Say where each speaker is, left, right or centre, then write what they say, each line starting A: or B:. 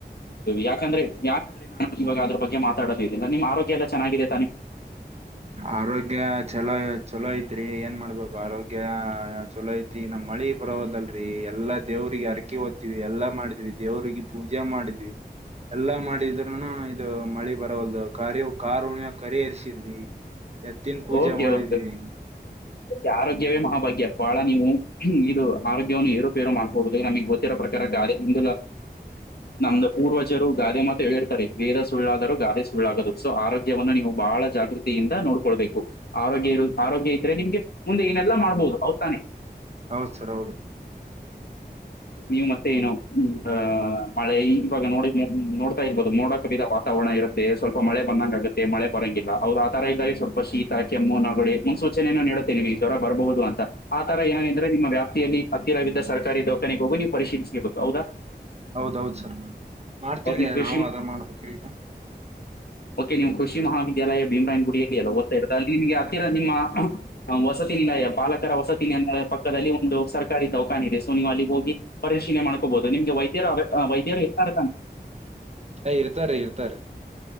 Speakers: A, on the left; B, on the right.
A: ಯಾಕಂದ್ರೆ ಯಾಕಂದ್ರೆ ನಾನ ಇವಾಗ ಅದ್ರ ಬಗ್ಗೆ ಮಾತಾಡದ ಇಲ್ಲ ನಿಮ್ಮ ಆರೋಗ್ಯ ಎಲ್ಲ ಚೆನ್ನಾಗಿದೆ ತಾನೆ
B: ಆರೋಗ್ಯ ಚಲೋ ಚಲೋ ಐತ್ರಿ ಏನ್ ಮಾಡ್ಬೇಕು ಆರೋಗ್ಯ ಚಲೋ ಐತಿ ನಮ್ಮ್ ಮಳಿ ಬರಹದಲ್ರರಿ ಎಲ್ಲಾ ದೇವ್ರಿಗೆ ಹ ಅರಕೆ ಓದ್ತಿವಿ ಎಲ್ಲ ಮಾಡಿದತಿವಿ ದೇವ್ರಿಗೆ ಪೂಜಾ ಮಾಡಿದ್ವಿ ಎಲ್ಲಾ ಮಾಡಿದ್ರರುನು ಇದು ಮಳಿ ಬರವಲ್ದು ಕ ಕಾರ್ ಉಣಿವ ಕರಿ ಎರ್ಸಿದ್ವಿ ಎತ್ತಿನ ಪೂಜೆ
A: ಓಕೆ
B: ಮಾಡಿದ್ವಿ
A: ಕೆ ಮತ್ತೆ ಆರೋಗ್ಯವೇ ಮಹಾಭಾಗ್ಯ ಬಹಳ ನೀವು ಇದು ಆರೋಗ್ಯವನ್ನು ಏರುಪೇರು ಮಾಡ್ಕೊಬುದು ನಮಗ್ ಗೊತ್ತ ಇತ್ತರ ಪ್ರಕಾರ ಕಾರ್ಯ ಮುಲ್ಲ ನಮ್ದ ಪೂರ್ವಜರು ಗಾದೆ ಮಾತ್ರ ಹೇಳಿರ್ತಾರೆ ವೇದ ಸುಳ್ಳಾದರೂ ಗಾದೆ ಸುಳ್ಳಾಗದು ಸೊ ಆರೋಗ್ಯವನ್ನು ನೀವು ಬಹಳ ಜಾಗೃತಿ ನೋಡ್ಕೊಳ್ಬೇಕು ಆರೋಗ್ಯ ಇ ಆರೋಗ್ಯ ಇದ್ರೆ ನಿಮ್ಗೆ ಮುಂದೆ ನೆಲ್ಲಾ ಮಾಡ್ಬಹುದು ಅವತಾನೆೆ
B: ಹೌದ್ ಸರ್ ಹೌದ್ರಿ
A: ನೀವು ಮತ್ತೆ ಏನು ಹ್ಮ್ ಮಳೆ ಇವಾಗ ನೋಡಿ ನೋಡ್ತಾ ಇರ್ಬೋದು ನೋಡಕ ಬಿದ ತಗಣ ಇರುತ್ತೆ ಸ್ವಲ್ಪ ಮಳೆ ಬಂದಂಗ ಆಗುತ್ತೆ ಮಳೆ ಬರಂಗಿಲ್ಲ ಹೌ ಆ ತರದಿಂದಾಗಿ ಸ್ವಲ್ಪ ಶೀತ ಕೆಮ್ಮು ನಗಡಿ ಮುನ್ಸೂಚನೆೆಯ ನೀಡುತ್ತೆ ನಿಮಗ್ ಜ್ವರ ಬರಬಹುದು ಅಂತ ಆ ತರ ಏನ ನಿಮ್ಮ ವ್ಯಾಪ್ಯಲ್ಲಿತ್ತಿರವಿದ್ದ ಸರ್ಕಾರಿ ದೌಖಾನಗೆ ಹೋಗಿ ನೀವು ಪರಿಶೀಲಿಸಬೇಕು ಹೌದಾ
B: ಹೌದೌದ್ ಸರ್ ಮಾಡ್ತೀವ್ರಿ
A: ಅವಾಗ ನೀವು ಕೃಷಿ
B: ನಾವ್ ಅದ ಮಾಡ್ಬೇಕ್ರೀ ಈಗ
A: ಓಕೆ ನೀವು ಕೃಷಿ ಮಹಾವಿದ್ಯಾಲಯ ಭೀಮ್ರಾಯನ್ ಗುಡಿಯಲ್ಲಿಲ್ಲ ಓ್ತಾ ಇ್ದದ ಅಲ್ಲಿ ನಿಮಗೆ ಹತ್ತಿರ ನಿಮ್ಮ ವಸತಿ ನಿಲಯ ಬಾಲಕರ ವಸತಿ ನಿಲಯ ಪಕ್ಕದಲ್ಲಿ ಒಂದು ಸರ್ಕಾರಿ ಡೌಖಾನ್ ಇದೆ ಸೊ ನೀವು ಅಲ್ಲಿ ಹೋಗಿ ಪರಿಶೀಲನೆ ಮಾಡ್ಕೋಬಹುದು ನಿಮ್ಗೆ ವೈದ್ಯರು ವೈದ್ಯ ಯರು ಇರ್ತಾ ಇತಾನ
B: ಹ ಇರ್ತಾರ ಇರ್ತಾರೀ